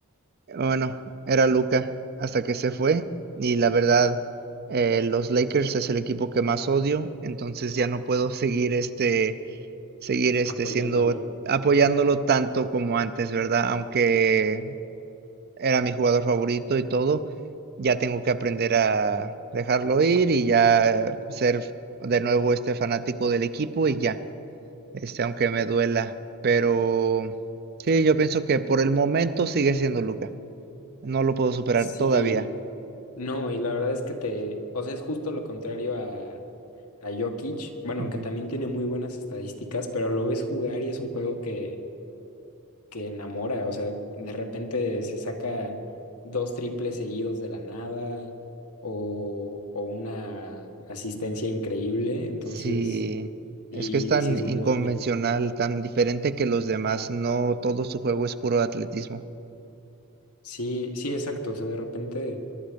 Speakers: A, on the right (about 45°); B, on the left (about 85°).
A: Bueno, era Luca hasta que se fue y la verdad, eh, los Lakers es el equipo que más odio, entonces ya no puedo <laughs> seguir este seguir este
B: Apoyándolo.
A: siendo apoyándolo tanto como antes, ¿verdad? Aunque era mi jugador favorito y todo, ya tengo que aprender a dejarlo ir y ya ser de nuevo este fanático del equipo y ya, este, aunque me duela, pero sí, yo pienso que por el momento sigue siendo Luca, no lo puedo superar
B: Sí,
A: todavía.
B: no, y la verdad es que te, o sea, es justo lo contrario a, a Jokic, bueno,
A: Ujú.
B: aunque también tiene muy buenas estadísticas, pero lo ves jugar y es un juego que, que enamora, o sea, de repente se saca dos triples seguidos de la nada o, o una asistencia increíble, entonces
A: Sí, es
B: sí,
A: que es tan
B: sí es
A: inconvencional,
B: muy bueno.
A: tan diferente que los demás, no todo su juego es puro atletismo.
B: Sí, sí, exacto, o sea, de repente...